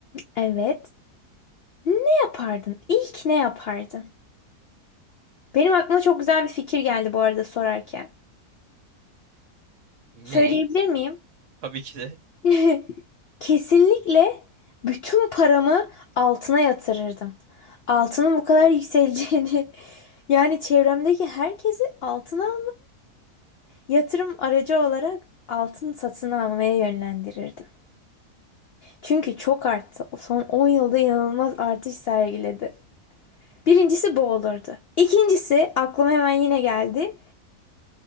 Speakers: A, on the left (about 65°); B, on the right (about 60°).
A: Evet. Ne yapardın? İlk ne yapardın? Benim aklıma çok güzel bir fikir geldi bu arada sorarken.
B: Ne?
A: Söyleyebilir miyim?
B: Tabii ki de.
A: <laughs> Kesinlikle bütün paramı altına yatırırdım. Altının bu kadar yükseleceğini <laughs> yani çevremdeki herkesi altına al yatırım aracı olarak altın satın almaya yönlendirirdim. Çünkü çok arttı. O son 10 yılda inanılmaz artış sergiledi. Birincisi bu olurdu. İkincisi aklıma hemen yine geldi.